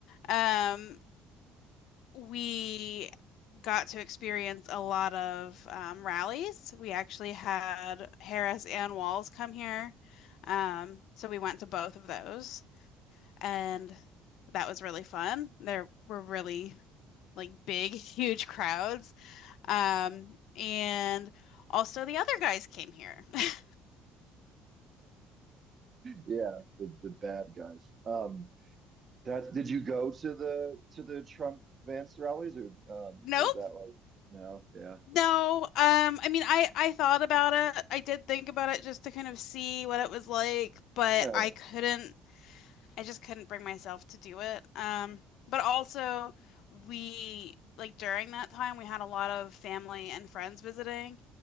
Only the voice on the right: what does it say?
Yeah, the the bad guys. Um, That did you go to the to the Trump Vance rallies or um,
was that like no? Yeah,
yeah.